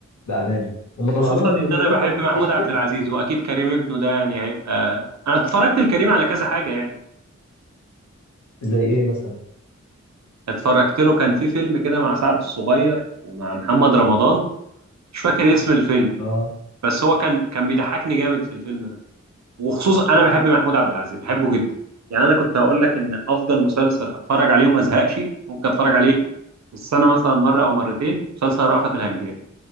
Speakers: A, on the left; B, on the right.
A: بامانه هم طلع
B: خصوصا
A: لها
B: ان
A: بالمناسبه
B: انا بحب
A: برضه
B: محمود
A: جزء
B: عبد
A: تاني
B: العزيز واكيد كريم ابنه ده يعني هيبقى انا اتفرجت لكريم على كذا حاجه يعني
A: زي ايه مثلا
B: اتفرجت له كان في فيلم كده مع سعد الصغير ومع محمد رمضان مش فاكر اسم الفيلم
A: اه
B: بس هو كان كان بيضحكني جامد في الفيلم ده وخصوصا انا بحب محمود عبد العزيز بحبه جدا يعني انا كنت هقول لك ان افضل مسلسل اتفرج عليه وما ازهقش ممكن اتفرج عليه في السنه مثلا مره او مرتين مسلسل رأفت الهجان